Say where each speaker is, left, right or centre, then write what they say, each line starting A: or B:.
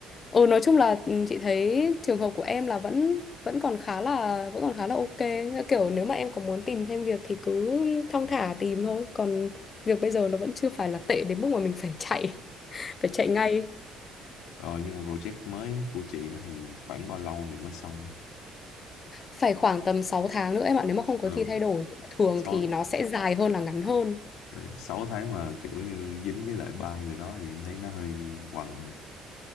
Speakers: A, on the left (about 30°); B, on the left (about 80°).
A: Ừ nói chung là ừ, chị thấy trường hợp của em là vẫn vẫn còn khá là vẫn còn khá là ok. Kiểu nếu mà em có muốn tìm thêm việc thì cứ thong
B: Ừ.
A: thả tìm thôi. Còn việc bây giờ nó vẫn chưa phải là tệ đến mức mà mình phải chạy, <laughs> phải chạy ngay.
B: Ờ, nhưng mà project mới của chị á thì khoảng bao lâu thì mới xong? á?
A: Phải khoảng tầm sáu tháng nữa em ạ, nếu mà không có
B: Ờ.
A: gì thay đổi. Nhưng mà Thường
B: sáu
A: thì nó sẽ dài hơn là ngắn hơn.
B: ừ, sáu tháng mà kiểu như dính với lại ba người đó thì em thấy nó hơi quằn